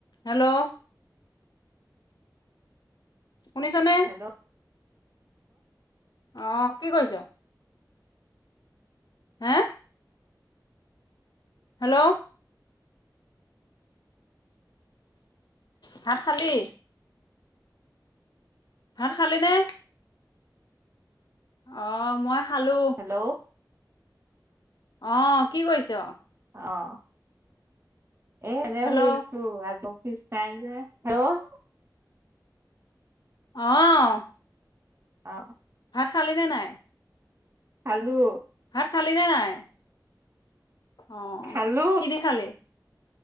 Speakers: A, on the left; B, on the right.
A: হেল্ল' শুনিছেনে,
B: হেল্ল'
A: অহ কি কৰিছ? হা হেল্ল' ভাত খালি? ভাত খালি নে? অহ মই খালো
B: হেল্ল'
A: অহ কি কৰিছ?
B: অহ এই এনেই
A: হেল্ল'
B: শুই আছোঁ আজি অফিচ নাই যে, হেল্ল'
A: অহ
B: অ
A: ভাত খালি নে নাই?
B: খালো
A: ভাত খালি নে নাই? অহ
B: খালো
A: কি দি খালি